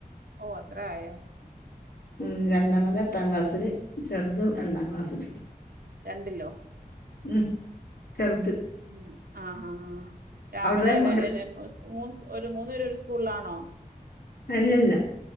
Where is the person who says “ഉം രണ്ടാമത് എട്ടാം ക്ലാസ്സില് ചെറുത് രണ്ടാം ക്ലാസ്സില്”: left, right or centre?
Left